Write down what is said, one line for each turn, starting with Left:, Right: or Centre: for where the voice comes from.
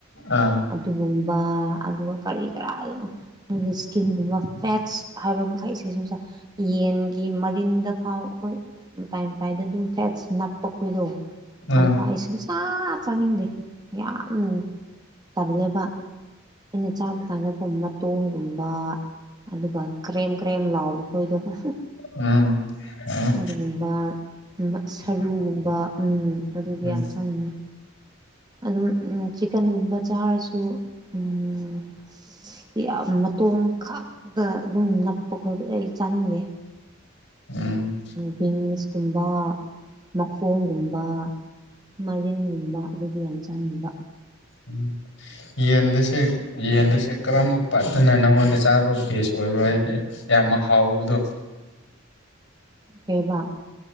Left: ꯑꯥ
Right: ꯑꯗꯨꯒꯨꯝꯕꯥ ꯑꯗꯨꯒ ꯀꯔꯤ ꯀꯔꯥ ꯑꯗꯨꯝ ꯃꯣꯏꯒꯤ ꯏꯁꯀꯤꯟꯒꯨꯝꯕ ꯐꯦꯠꯁ ꯍꯥꯏꯕ ꯃꯈꯩꯁꯦ ꯁꯨꯝꯁ ꯌꯦ ꯌꯦꯟꯒꯤ ꯃꯔꯤꯟꯗ ꯐꯥꯎ ꯑꯩꯈꯣꯏ ꯃꯇꯥꯏ ꯃꯇꯥꯏꯗ ꯑꯗꯨꯝ ꯐꯦꯠꯁ ꯅꯞꯄ ꯈꯣꯏꯗꯣ
Left: ꯎꯝ
Right: ꯑꯗꯨꯒꯣ ꯑꯩ ꯁ ꯑꯥ ꯆꯥꯅꯤꯡꯗꯦ ꯌꯥꯝ ꯇꯜꯂꯦꯕ ꯑꯩꯅ ꯆꯥꯕ ꯀꯥꯟꯗꯒꯨꯝ ꯇꯣꯡꯒꯨꯝꯕ ꯑꯗꯨꯒ ꯀ꯭ꯔꯦꯝ-ꯀ꯭ꯔꯦꯝ ꯂꯥꯎꯕ ꯈꯣꯏꯗꯣ ꯍꯨꯝ
Left: ꯎꯝ ꯑꯥ꯫
Right: ꯑꯗꯨꯒꯨꯝꯕ ꯁꯔꯨꯒꯨꯝꯕ ꯎꯝ ꯑꯗꯨꯗꯤ
Left: ꯎꯝ
Right: ꯌꯥꯝ ꯆꯪꯅꯤꯉꯦ꯫ ꯑꯗꯨ ꯎꯝ ꯆꯤꯛꯀꯟꯒꯨꯝꯕ ꯆꯥꯔꯁꯨ ꯎꯝ ꯁꯤ ꯌꯥꯝ ꯃꯇꯣꯡ ꯈꯥꯛꯛꯇ ꯑꯗꯨꯝ ꯅꯞꯄ ꯈꯣꯏꯗꫭ ꯑꯩ ꯆꯥꯅꯤꯡꯗꯦ꯫
Left: ꯎꯝ
Right: ꯕꯤꯟꯁꯀꯨꯝꯕ ꯃꯈꯣꯡꯒꯨꯝꯕ ꯃꯔꯤꯟꯒꯨꯝꯕ ꯑꯗꯨꯗꯤ ꯌꯥꯝꯟ ꯆꯥꯅꯤꯡꯕ꯫
Left: ꯎꯝ ꯌꯦꯟꯗꯨꯁꯦ ꯌꯦꯟꯗꯨꯁꯦ ꯀꯔꯝꯕ ꯄꯥꯠꯇꯅ ꯅꯪꯉꯣꯟꯗ ꯆꯥꯅꯕ ꯐꯦꯁ ꯑꯣꯏ꯫ ꯔꯥꯏꯗꯤ ꯌꯥꯝ ꯍꯥꯎꯕꯗꯣ
Right: ꯀꯩꯕꯥ꯫